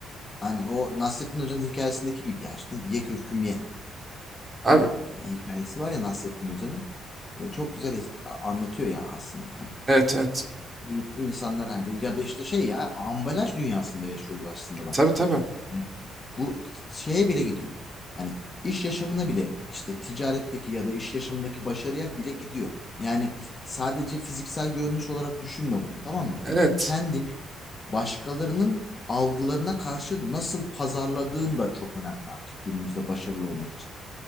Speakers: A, on the left (about 30°); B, on the right (about 25°).
A: aynen o Nasrettin Hoca'nın hikayesindeki gibi ya işte ye kürküm ye.
B: Abi
A: e, hikayesi var ya Nasrettin Hoca'nın. E, Çok güzel es- a- anlatıyor ya aslında hani.
B: evet evet.
A: E, in- insanlar hani ya da işte şey ya ambalaj dünyasında yaşıyoruz aslında bak.
B: Tabii tabii.
A: Evet. Bu t- şeye bile gidiyor. Hani iş yaşamına bile işte ticaretteki ya da iş yaşamındaki başarıya bile gidiyor. Yani sadece fiziksel görünüş olarak düşünme bunu tamam mı?
B: Evet.
A: Kendini başkalarının algılarına karşı nasıl pazarladığın da çok önemli artık günümüzde başarılı olmak için.